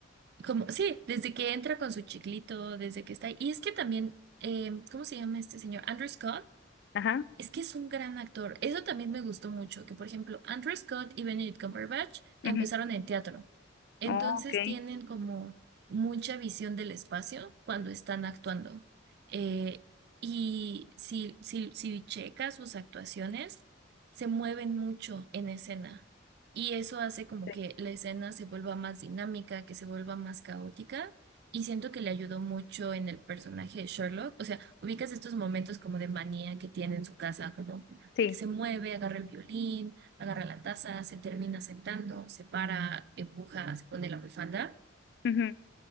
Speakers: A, on the right; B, on the left.
A: Como, sí, desde que entra con su chiclito, desde que está ahí. Y es que también, em, ¿cómo se llama este señor? Andrew Scott.
B: Ajá.
A: Es que es un gran actor. Eso también me gustó mucho, que por ejemplo, Andrew Scott y Benedict Cumberbatch
B: ujú.
A: empezaron en teatro. Entonces
B: Oh, ok.
A: tienen como mucha visión del espacio cuando están actuando. Eh, y si, si, si checas sus actuaciones, se mueven mucho en escena. Y eso hace como
B: Sí,
A: que la escena se vuelva más dinámica, que se vuelva más caótica. Y siento que le ayudó mucho en el personaje de Sherlock. O sea, Ubicas estos momentos como de manía que tiene en su casa, como
B: sí,
A: que se mueve, agarra el violín, agarra la taza, se termina sentando, se para, empuja, se pone la bufanda.
B: ujú.